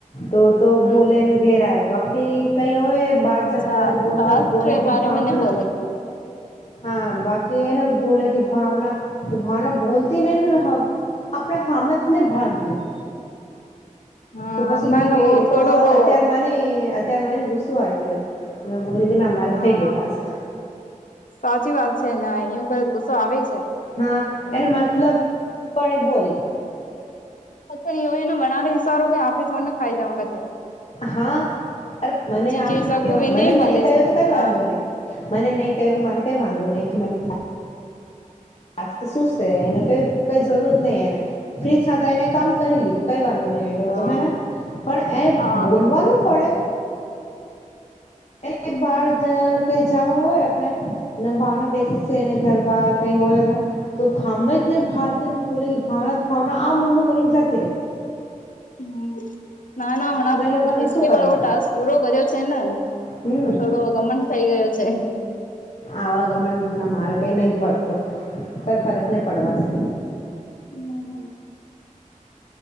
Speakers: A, on the left; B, on the left.
A: તો તો
B: હા.
A: બોલે ને ઘેરા બાકી કઈ હોય બહાર
B: અચ્છા
A: જ ત બોલતા
B: ટાસ્ક
A: બોલે કે
B: બારે
A: ભાવના.
B: મે નહી બોલે
A: હા બાકી એને બોલે કે ભાવના તો ભાવના બોતી નહી હ આપણે હામે નહી ભાલતી
B: હા
A: તો પછી
B: ના
A: મેં
B: ના
A: કે
B: વો થોડો
A: તો
B: વો
A: અત્યારે મને ત્યારે મને ગુસ્સો આવી ગયો મે બોલ્યો કે ના મારે
B: હા
A: થઈ ગયો ટાસ્ક
B: સાચી વાત છે ને એવું કરે તો ગુસ્સો આવે છે
A: હા એને મતલબ પણ એ બોલી.
B: પણ એવો એનો વનારે હિશારો કે આપણે થોડ ને ખાઈ જવા છે
A: હા અ મને
B: જીકે
A: આમને
B: હિસાબ કો ભી
A: મને
B: મળે
A: નહી ક્યો
B: છે
A: તો કઈ
B: હા
A: વાંધો નહી મને નહી ક્યું
B: હા.
A: તો મારે કઈ વાંધો નહી કે મને હ તો શું છે એને ક કઈ જરૂરત નહી એને ફ્રીજ તો એને કામ કરી લીધું કઈ વાંધો તો
B: હા
A: હે પણ એ
B: હા
A: બોલવાનું પડે કઈ બાાર જ કઈ જવા હોય આપણે ભાવના બેસી છે ઘર બાર કઈ હોય તો હ જ ને ભ ઓ ભાવના ભાવના આમનો કરીને જાતિ ર
B: હ ના ના હણા
A: લોકોને
B: પસલી
A: શું કરવાનું
B: વારો ટાસ્ક પૂરો કર્યો છેને
A: હમ
B: તો થોડો ગમન થઇ ગયો છે
A: આવાગમન ના મારે કઈ નહ પડતું કઈ ફરક નહી પડવાશે
B: હમ્મ